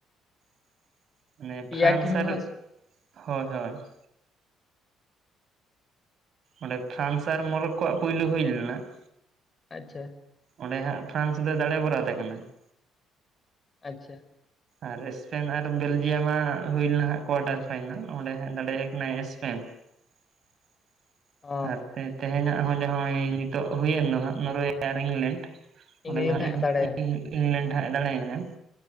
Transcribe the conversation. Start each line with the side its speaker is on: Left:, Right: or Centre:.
Right: ᱾ ᱢᱟᱱᱮ
Left: ᱯᱮᱭᱟ
Right: ᱯᱷᱨᱟᱱᱥ
Left: ᱴᱤᱢ
Right: ᱟᱨ
Left: ᱫᱚ ᱦᱟᱸᱜ
Right: ᱦᱳᱭ ᱦᱳᱭ ᱾ ᱚᱸᱰᱮ ᱯᱷᱨᱟᱱᱥ ᱟᱨ ᱢᱚᱨᱚᱠᱠᱳᱣᱟᱜ ᱯᱩᱭᱞᱳ ᱦᱩᱭ ᱞᱮᱱᱟ ᱾
Left: ᱟᱪᱪᱷᱟ ᱾
Right: ᱚᱸᱰᱮ ᱦᱟᱸᱜ ᱯᱷᱨᱟᱱᱥ ᱫᱚ ᱫᱟᱲᱮ ᱵᱚᱨᱟ ᱛᱟᱦᱮᱸ ᱠᱟᱱᱟ ᱾
Left: ᱟᱪᱪᱷᱟ ᱾
Right: ᱟᱨ ᱮᱥᱯᱮᱱ ᱟᱨ ᱵᱮᱞᱡᱤᱭᱟᱢᱟᱜ ᱦᱩᱭ ᱞᱮᱱᱟ ᱦᱟᱜ ᱠᱳᱣᱟᱴᱟᱨ ᱯᱷᱟᱭᱱᱟᱞ ᱚᱸᱰᱮ ᱦᱟᱜ ᱫᱟᱲᱮᱭᱟ ᱠᱟᱱᱟᱭ ᱥᱯᱮᱱ ᱾ <inaudible>
Left: ᱚ
Right: ᱟᱨ ᱛᱮ-ᱛᱮᱦᱮᱧᱟᱜ ᱦᱚᱸ ᱡᱟᱦᱟᱸᱭ ᱱᱤᱛᱚᱜ ᱦᱩᱭᱮᱱ ᱫᱚ ᱦᱟᱸᱜ ᱱᱚᱨᱳᱚᱭᱮ ᱟᱨ ᱤᱝᱞᱮᱱᱰ ᱾ ᱚᱸᱰᱮ
Left: ᱤᱝᱞᱮᱱᱰ
Right: ᱫᱚ ᱢᱟ ᱦᱟᱸᱜ
Left: ᱫᱟᱲᱮᱭᱮᱱᱟ
Right: ᱤᱝ-ᱤᱝᱞᱮᱱᱰ ᱦᱟᱜ ᱮ ᱫᱟᱲᱮᱭᱮᱱᱟ ᱾